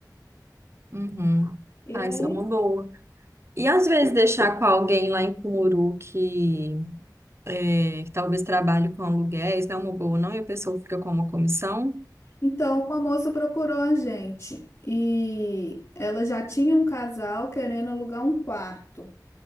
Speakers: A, on the right; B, on the left.
A: Uhum.
B: E
A: Ah,
B: aí?
A: isso é uma boa. E às vezes deixar com alguém lá em Cumuru que, é, que talvez trabalhe com aluguéis, não é uma boa, não? E a pessoa fica com uma comissão?
B: Então, uma moça procurou a gente e ela já tinha um casal querendo alugar um quarto.